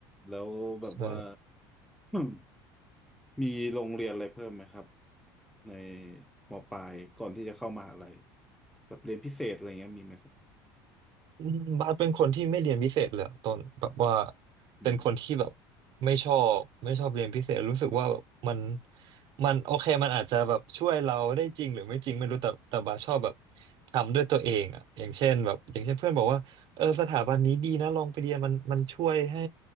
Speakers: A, in the centre; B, on the right.
A: แล้วแบบว่า
B: ใช่
A: <clears throat> มีโรงเรียนอะไรเพิ่มไหมครับในมปลายก่อนที่จะเข้ามหาลัยแบบเรียนพิเศษอะไรเงี้ยมีไหมครับ
B: อืมบาสเป็นคนที่ไม่เรียนพิเศษเลยอะต้นแบบว่า
A: อืม
B: เป็นคนที่แบบไม่ชอบไม่ชอบเรียนพิเศษรู้สึกว่าแบบมันมันโอเคมันอาจจะแบบช่วยเราได้จริงหรือไม่จริงไม่รู้แต่แต่บาสชอบแบบทำด้วยตัวเองอ่ะอย่างเช่นแบบอย่างเช่นเพื่อนบอกว่าเออสถาบันนี้ดีนะลองไปเรียนมันมันช่วยให้